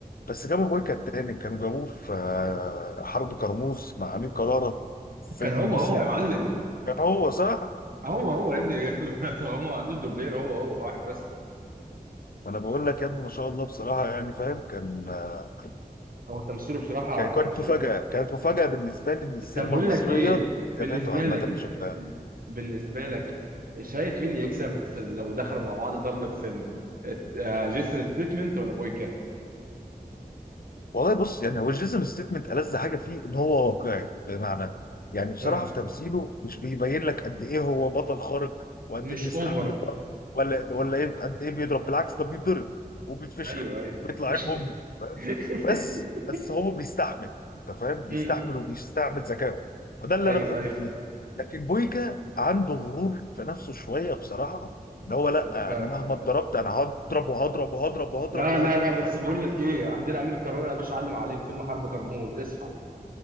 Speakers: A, on the left (about 65°); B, on the right (about 65°).
A: بس جابوا بويكا التاني كانوا جابوه في آه، حرب كرموز مع امير كرارة في فيلم
B: كان هو
A: مصري
B: هو يا معلم
A: كان هو صح؟
B: هو هو يا ابني <laughs> هو ما عندوش دوبلير هو هو واحد بس
A: ما انا بقول لك يا ابني ما شاء الله بصراحه يعني فاهم كان آه،
B: هو تمثيله بصراحه
A: كانت
B: تمثيله
A: مفاجأة كانت مفاجأة بالنسبة لي إن السينما
B: طب بقول
A: المصرية
B: لك ايه بالنسبه
A: جابته عامة
B: لك
A: بشكل عام
B: بالنسبه لك شايف مين يكسب في لو دخلوا مع بعض ضرب في فيلم الت- آه، جيسون ستيتمنت ولا بويكا
A: والله بص يعني هو جيسون ستيتمنت ألذ حاجة فيه إن هو واقعي بمعنى يعني بصراحة
B: ها
A: في تمثيله مش بيبين لك قد إيه هو بطل خارق وقد
B: مش
A: إيه بيستحمل
B: اوفر
A: الضرب ولا ولا إيه قد إيه بيضرب بالعكس ده بيتضرب وبيتفشخ
B: ايوه ايوه
A: بيطلع
B: <laughs>
A: عين أمه بس بس هو بيستحمل انت فاهم بيستحمل
B: مم.
A: وبيستعمل ذكائه فده اللي
B: ايوه
A: انا بحبه
B: ايوه
A: فيه لكن بويكا عنده غرور في نفسه شويه بصراحه ان هو لا
B: ده فعلا
A: انا مهما اتضربت انا هضرب وهضرب وهضرب وهضرب
B: لا
A: وهضرب
B: لا لا بس
A: فاهم
B: بقول لك ايه عندنا امير كرارة يا باشا علم عليه في فيلم حرب كرموز اصحى